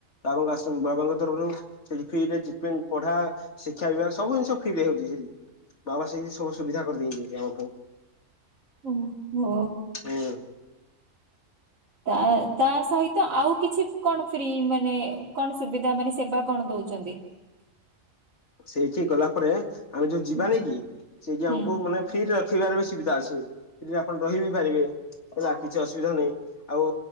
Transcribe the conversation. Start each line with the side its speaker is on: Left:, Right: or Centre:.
Left: ବା ଆଶ୍ର ବାବାଙ୍କ ତରଫରୁ। ସେଠି ଫ୍ରିରେ ଜିପେନ୍ ପଢା ଶିକ୍ଷା ବିଭାଗ ସବୁ ଜିନିଷ ଫ୍ରିରେ ହଉଛି ସେଠି। ବାବା ସେଇଠି ସବୁ ସୁବିଧା କରିଦେଇ ଯାଇଛନ୍ତି ଆମପାଇଁ।
Right: ଓ ହୋ।
Left: ହୁଁ।
Right: ତା ତା ସହିତ ଆଉ କିଛି କଣ ଫ୍ରି ମାନେ। କଣ ସୁବିଧା ମାନେ ସେବା କଣ ଦଉଛନ୍ତି।
Left: ସେଇଠିକି ଗଲା ପରେ ଆମେ ଯୋଉ ଯିବାନି
Right: ହୁଁ
Left: କି ସେଇଠି
Right: ହୁଁ।
Left: ଆମକୁ ମାନେ। ଫ୍ରିରେ ରଖିବାର ବି ସୁବିଧା ଅଛି ଫ୍ରିରେ ଆପଣ ରହି ବିି ପାରିବେ ହେଲା କିଛି ଅସୁବିଧା ନାହିଁ। ଆଉ।